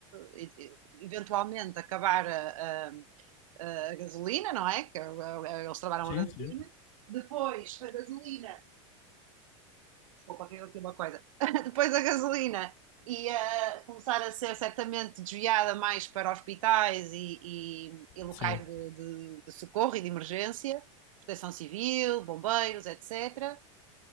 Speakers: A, on the right (about 85°); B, on the left (about 50°).
A: e- e- eventualmente acabar a, a- a gasolina, não é? Que eh, eles trabalham
B: Sim,
A: a gasolina.
B: sim.
A: Depois, a gasolina desculpa, eu aqui uma coisa, <laughs> depois a gasolina ia começar a ser certamente desviada mais para hospitais e, e- e locais
B: Sim.
A: de, de- de socorro e de emergência, proteção civil, bombeiros, etc.